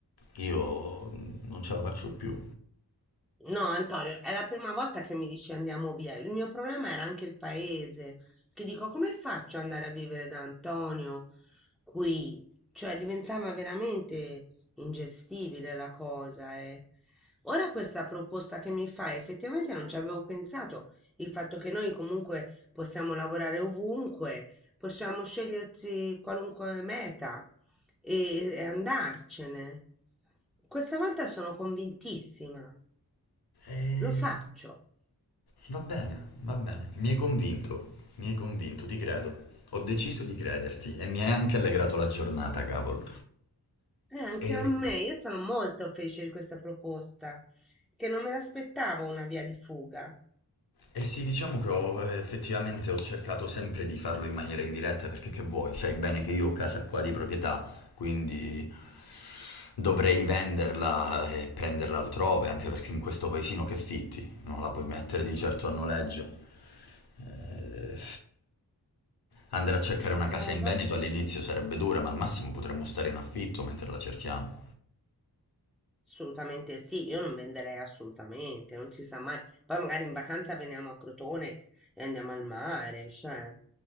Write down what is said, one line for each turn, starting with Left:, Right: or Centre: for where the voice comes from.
Left: Io mh, non ce la faccio più.
Centre: no, Antonio, è la prima volta che mi dici andiamo via. Il mio problema era anche il paese, perché dico, come faccio ad andare a vivere da Antonio qui? Cioè, diventava veramente ingestibile la cosa. eh. Ora questa proposta che mi fai, effettivamente non ci avevo pensato, il fatto che noi comunque possiamo lavorare ovunque, possiamo scegliersi qualunque meta. e, e andarcene. Questa volta sono convintissima,
Left: Eh,
Centre: lo faccio.
Left: Va bene, va bene. Mi hai convinto, mi hai convinto, ti credo. Ho deciso di crederti e mi hai anche allegrato la giornata, cavolo.
Centre: E anche
Left: E,
Centre: a me, io sono molto felice di questa proposta, che non me l'aspettavo una via di fuga.
Left: e sì, diciamo che ho, eh, effettivamente ho cercato sempre di farlo in maniera indiretta perché che vuoi, sai bene che io ho casa qua di proprietà, quindi dovrei venderla e prenderla altrove, anche perché in questo paesino che fitti, non la puoi mettere di certo a noleggio. Eh, Andare a cercare
Centre: Eh,
Left: una casa in
Centre: eh, vabbè,
Left: Veneto all'inizio sarebbe dura, ma al massimo potremmo stare in affitto mentre la cerchiamo.
Centre: assolutamente sì, io non venderei assolutamente, non si sa mai. Poi magari in vacanza veniamo a Crotone e andiamo al mare, cioè,